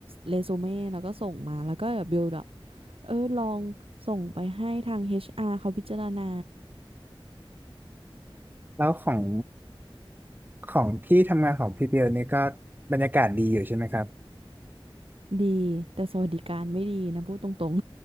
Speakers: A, on the right (about 80°); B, on the right (about 20°).
A: เรซูเม่แล้วก็ส่งมาแล้วก็ build up เออลองส่งไปให้ทาง HR เขาพิจารณา
B: แล้วของ ของที่ทำงานของพี่เบลนี่ก็บรรยากาศดีอยู่ใช่ไหมครับ
A: ดีแต่สวัสดิการไม่ดีนะพูดตรง